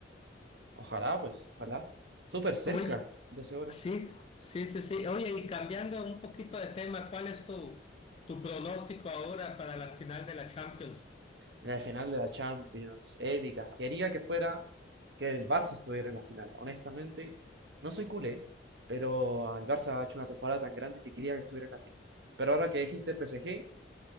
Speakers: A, on the right (about 65°); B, on the left (about 30°).
A: Ojalá, pues, ojalá. Súper cerca,
B: Oye,
A: 12 horas.
B: sí, sí, sí, sí. Oye, y cambiando un poquito de tema, ¿cuál es tu, tu pronóstico ahora para la final de la Champions?
A: La final de la Champions, épica. Quería que fuera, que el Barça estuviera en la final. Honestamente, no soy culé, pero el Barça ha hecho una temporada tan grande que quería que estuviera en la final. Pero ahora que es Inter-PSG,